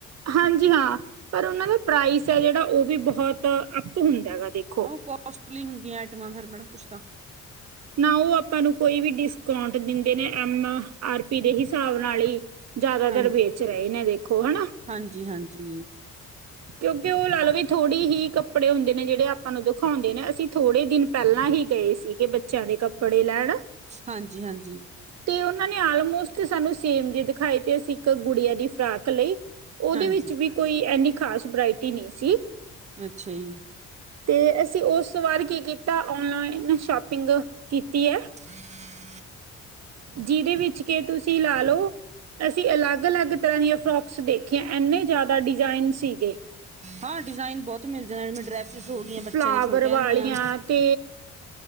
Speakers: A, on the right; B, on the right.
A: ਹਾਂਜੀ ਹਾਂ ਪਰ ਉਹਨਾਂ ਦਾ ਪ੍ਰਾਈਸ ਹੈ ਜਿਹੜਾ ਉਹ ਵੀ ਬਹੁਤ ਅੱਪ ਹੁੰਦਾ ਹੈਗਾ ਦੇਖ।
B: ਆਹ ਉਹ ਕੋਸਟਲੀ ਹੁੰਦੀਆਂ ਆਈਟਮਾਂ ਫਿਰ ਮੈਡਮ ਕੁਛ ਤਾਂ।
A: ਨਾ ਉਹ ਆਪਾਂ ਨੂੰ ਕੋਈ ਵੀ ਡਿਸਕਾਂਟ ਦਿੰਦੇ ਨੇ ਐਮ ਆਰ ਪੀ ਦੇ ਹਿਸਾਬ ਨਾਲ ਹੀ। ਜ਼ਿਆਦਾਤਰ
B: ਹਾਂ
A: ਵੇਚ ਰਹੇ ਨੇ ਦੇਖੋ ਹਨਾ।
B: ਹਾਂਜੀ- ਹਾਂਜੀ।
A: ਕਿਉਂਕਿ ਉਹ ਲਾਓ ਵੀ ਥੋੜੀ ਹੀ ਕੱਪੜੇ ਹੁੰਦੇ ਨੇ ਜਿਹੜੇ ਆਪਾਂ ਨੂੰ ਦਿਖਾਉਂਦੇ ਨੇ ਅਸੀਂ ਥੋੜੇ ਦਿਨ। ਪਹਿਲਾਂ ਹੀ ਗਏ ਸੀਗੇ ਬੱਚਿਆਂ ਦੇ ਕੱਪੜੇ ਲੈਣ।
B: ਹਾਂਜੀ- ਹਾਂਜੀ।
A: ਤੇ ਉਹਨਾਂ ਨੇ ਆਲਮੋਸਟ ਸਾਨੂੰ ਸੇਮ ਜੇ ਦਿਖਾਏ ਤੇ ਅਸੀਂ ਇੱਕ ਗੁੜੀਆਂ ਦੀ ਫਰਾਕ ਲਈ। ਉਹਦੇ
B: ਹਾਂਜੀ
A: ਵਿੱਚ ਵੀ ਕੋਈ ਐੰਨੀ ਖਾਸ ਵਰਾਇਟੀ ਨਹੀਂ ਸੀ।
B: ਅੱਛਾ ਜੀ
A: ਤੇ ਅਸੀਂ ਓਸ ਵਾਰ ਕੀ ਕੀਤਾ ਔਨਾਈਨ ਸ਼ੋਪਿੰਗ ਕੀਤੀ ਏ
B: ਹਾਂ
A: ਜਿਦੇ ਵਿੱਚ ਕੇ ਤੁਸੀਂ ਲਾ ਲੋ ਅਸੀਂ ਅਲੱਗ, ਅਲੱਗ ਤਰ੍ਹਾਂ ਦੀਆਂ ਫਰੋਕਸ ਦੇਖੀਆਂ ਐਂਨੇ ਜ਼ਿਆਦਾ ਡਿਜ਼ਾਇਨ ਸੀਗੇ।
B: ਹਾਂ ਡਿਜ਼ਾਇਨ ਬੋਤ ਮਿਲ ਜਾਣ ਮ ਡਰੈਸਿਸ ਹੋ ਗਈਆਂ
A: ਫਲਾਵਰ
B: ਬੱਚਿਆਂ ਦੀ ਛੋਟਿਆਂ
A: ਵਾਲੀਆਂ
B: ਦੀਆਂ
A: ਤੇ